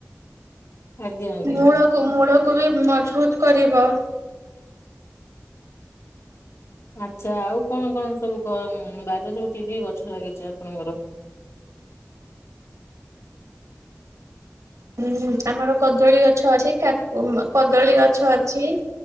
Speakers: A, on the left; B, on the right.
A: ଆଜ୍ଞା ଆଜ୍ଞା।
B: ମୂଳକୁ ମୂଳକୁ ବି ମଜବୁତ କରିବ।
A: ଆଚ୍ଛା ଆଉ କଣ କଣ ସବୁ ବାରରେ ସବୁ ଠିକ ଗଛ ଲାଗିଛି ଆପଣଙ୍କର
B: ଉୁଁ ଆମର କଦଳୀ ଗଛ ଅଛି କାକୁ କଦଳୀ ଗଛ ଅଛି।